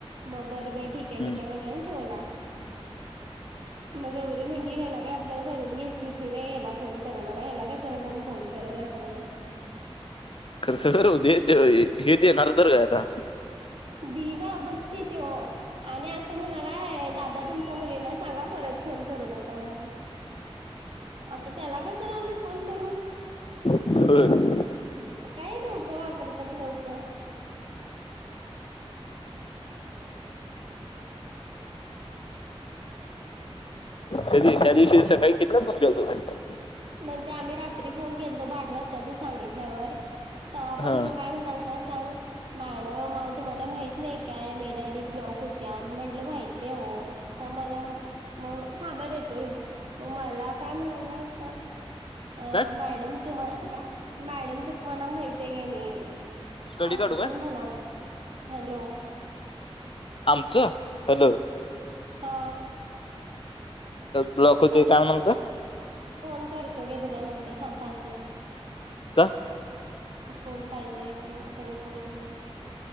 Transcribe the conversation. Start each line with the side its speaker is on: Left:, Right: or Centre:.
Right: मग बरं बर ठीक
Left: हम्म.
Right: आहे ठीके म्हणला न ठेवला. मग गौरी म्हणली ह्याला काय आपल्याला करून घ्यायची व्हय ह्याला फोन करू नका ह्याला कशाला फोन फोन करायला असं म्हण
Left: खरस कर दे ते हे देणार तर काय आता.
Right: दि ना बघकी तो आणि असं म्हणालाय दादा तुमच्या मुलींना सांगा परत फोन करू नका म्हणून. आता त्याला कशाला आम्ही फोन करू
Left: <unintelligible>
Right: काही डोकं वापरतात लोकं <inaudible> <unintelligible>
Left: कधी त्या दिवशी सकाळी कितीला फोन केलता तनी
Right: म्हणजे आम्ही रात्री फोन केल तो आठ वाजता तू सांगितल्यावर तेव्हा पण
Left: हा
Right: तो काय म्हणालता सांग मॅडम अहो तुम्हाला माहित नाही काय मेड आयाडी ब्लॉक होत्या मी म्हटलं माहित आहे हो मला मग थांबा देतो ह्यो मग मला काय म्हणालाय सांग अ
Left: काय
Right: मॅडम तुम्हाला मॅडम तुम्हाला माहती आहे काय नाही
Left: कडी
Right: अस
Left: काढू
Right: तेंन
Left: काय
Right: म्हणालतीत हॅलो.
Left: आमचं हॅलो
Right: हा
Left: ब्लॉक होतय
Right: ह
Left: काय म्हणालत?
Right: फोन करतो घे तुला नंतर थांब पाच मिनिट.
Left: का?
Right: फोन पाहिजे म्हण त्यानी फोन करणार